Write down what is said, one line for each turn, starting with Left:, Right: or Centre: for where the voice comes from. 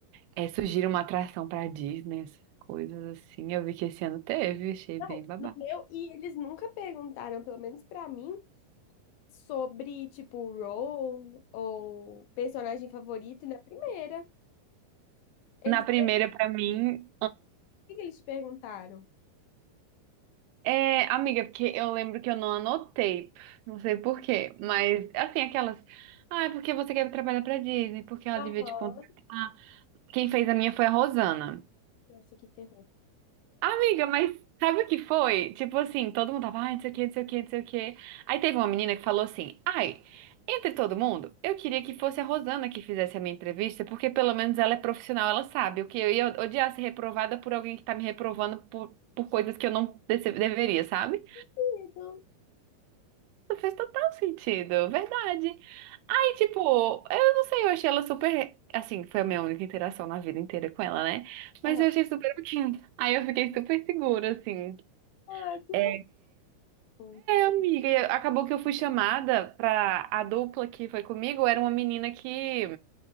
Right: é, sugira uma atração pra Disney, essas coisas assim. Eu vi que esse ano teve, achei
Left: Não,
Right: bem babá.
Left: no meu, e eles nunca perguntaram, pelo menos pra mim, sobre, tipo, role ou personagem favorito na primeira. Eles,
Right: Na primeira,
Left: o
Right: pra mim.
Left: que que eles te perguntaram?
Right: É, amiga, porque eu lembro que eu não anotei, não sei por quê, mas assim, aquelas. Ah, é porque você quer trabalhar pra Disney, porque ela
Left: Aham.
Right: devia te contratar. Quem fez a minha foi a Rosana.
Left: Nossa, que terror.
Right: Amiga, mas sabe o que foi? Tipo assim, todo mundo tava, ai, não sei o que, não sei o que, não sei o que. Aí teve uma menina que falou assim: ai, entre todo mundo, eu queria que fosse a Rosana que fizesse a minha entrevista, porque pelo menos ela é profissional, ela sabe. O que eu ia odiar ser reprovada por alguém que tá me reprovando por, por coisas que eu não dece- deveria, sabe?
Left: Querido.
Right: Fez total sentido, verdade. Aí, tipo, eu não sei, eu achei ela super. Assim, foi a minha única interação na vida inteira com ela, né?
Left: Aham.
Right: Mas eu achei super ok. Aí eu fiquei super segura, assim.
Left: Ah, que
Right: É,
Left: bom.
Right: Amiga, e acabou que eu fui chamada pra a dupla que foi comigo, era uma menina que,